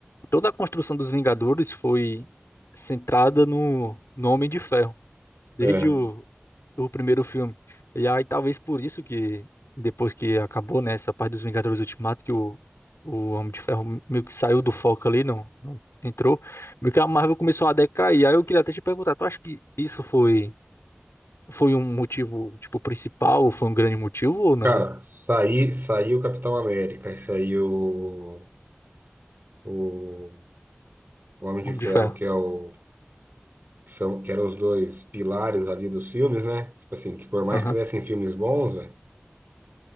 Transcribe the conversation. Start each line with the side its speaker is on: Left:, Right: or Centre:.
Left: toda a construção dos Vingadores foi centrada no, no Homem de Ferro. Desde
Right: é.
Left: o, o primeiro filme. E aí talvez por isso que depois que acabou, né, essa parte dos Vingadores Ultimato, que o, o Homem de Ferro meio que saiu do foco ali, não, não entrou, meio que a Marvel começou a decair. Aí eu queria até te perguntar, tu acha que isso foi foi um motivo, tipo, principal, ou foi um grande motivo ou não,
Right: Cara,
Left: é?
Right: saí, saiu o Capitão América e saiu o, o, Homem
Left: O
Right: de
Left: Homem
Right: Ferro,
Left: de Ferro.
Right: que é o que são que eram os dois pilares ali dos filmes, né? Tipo assim, que por mais
Left: Aham,
Right: que tivessem filmes bons, velho,